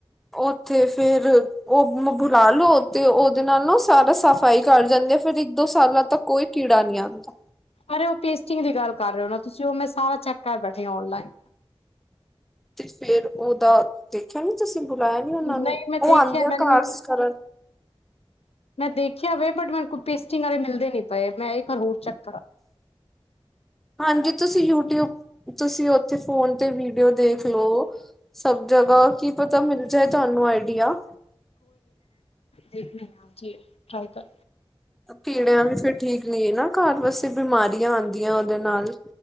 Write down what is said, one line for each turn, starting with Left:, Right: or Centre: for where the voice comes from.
Centre: ਉੱਥੇ ਫੇਰ ਉਹ ਬੁਲਾ ਲਉ ਤੇ ਉਹਦੇ ਨਾਲ ਨਾ ਸਾਰਾ ਸਫ਼ਾਈ ਕਰ ਜਾਂਦੇ ਆ ਫਿਰ ਇੱਕ ਦੋ ਸਾਲਾਂ ਤੱਕ ਕੋਈ ਕੀੜਾ ਨਹੀਂ ਆਉਂਦਾ
Left: ਅਰੇ ਉਹ ਪੇਸਟਿੰਗ ਦੀ ਗੱਲ ਕਰ ਰਹੇ ਹੋ ਨਾ ਤੁਸੀਂ ਉਹ ਮੈਂ ਸਾਰਾ ਚੈੱਕ ਕਰ ਬੈਠੀ ਆ ਔਨਲਾਈਨ
Centre: ਤੇ ਫੇਰ ਉਹਦਾ ਦੇਖਿਆ ਨੀ ਤੁਸੀਂ ਬੁਲਾਇਆ ਨੀ ਉਹਨਾਂ
Left: ਨਹੀਂ
Centre: ਨੂੰ,
Left: ਮੈਂ ਦੇਖਿਆ
Centre: ਔ ਆਉਂਦੇ ਆ
Left: ਮੈਨੂੰ
Centre: ਕਾਰਸ ਕਰਨ
Left: ਮੈਂ ਦੇਖਿਆ ਵੇ ਬਟ ਮੈਨੂੰ ਕੋਲ ਪੇਸਟਿੰਗ ਵਾਲੇ ਮਿਲਦੇ ਨੀ ਪਏ ਮੈਂ ਇਹ ਵਾਰ ਹੋਰ ਚੱਕ
Centre: ਹਾਂਜੀ ਤੁਸੀਂ ਯੂਟਿਊਬ ਤੁਸੀਂ ਔਥੇ ਫੋਨ ਤੇ ਵੀਡੀਓ ਦੇਖ ਲਓ ਸਭ ਜਗਾ ਕੀ ਪਤਾ ਮਿਲ ਜਾਏ ਤੁਹਾਨੂੰ ਆਈਡੀਆ
Left: ਵੇਖਣੇ ਆਂ ਹਾਂ ਜੀ ਰਾਇਤਾ
Centre: ਕੀੜਿਆਂ ਵੀ ਫਿਰ ਠੀਕ ਨਹੀਂ ਹੈ ਨਾ, ਘਰ ਵੈਸੇ ਬਿਮਾਰੀਆਂ ਆਉਂਦੀਆਂ ਉਹਦੇ ਨਾਲ